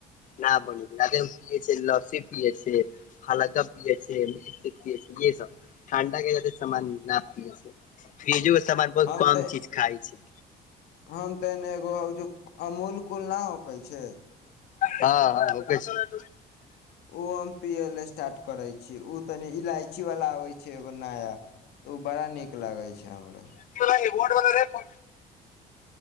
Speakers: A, on the left; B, on the left.
A: न बने छैदे पियए छै लस्सी पियत <unintelligible> छै हाला जब पिए मिर्च पिए ये सब ठण्डा के जादा समान न पियए छै <unintelligible> फ्रिजो सामान बहुत
B: हम
A: कम
B: तऽ
A: चीज खाय छीये
B: हम तनि एगो हउ अमूल कूल नहि होकै छै
A: हँ हँ ओ छै <unintelligible>
B: ओ हम पियै ल स्टार्ट करै छी ओ तनी इलायची वाला आबै छै एगो नया तऽ ओ बड़ा नीक लागै छै हमरा
A: <unintelligible>